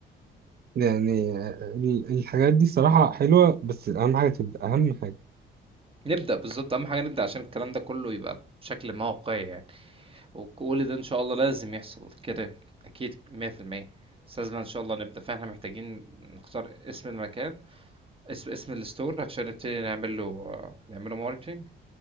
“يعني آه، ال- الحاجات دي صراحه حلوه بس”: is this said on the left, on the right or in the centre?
Right